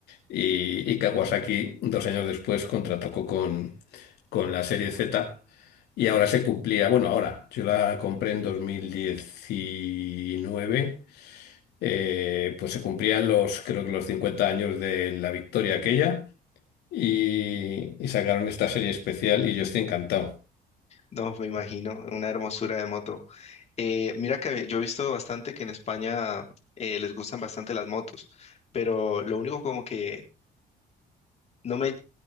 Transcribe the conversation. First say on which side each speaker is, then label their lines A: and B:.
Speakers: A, on the left; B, on the left.
A: Y, y Kawasaki dos años después contrató con, con la serie Z y ahora se cumplía, bueno, ahora yo la compré en 2019, eh, pues se cumplían los, creo que los 50 años de la victoria aquella y, y sacaron esta serie especial y yo estoy encantado.
B: No, me imagino, una hermosura de moto. Eh, mira que yo he visto bastante que en España eh, les gustan bastante las motos, pero lo único como que no me,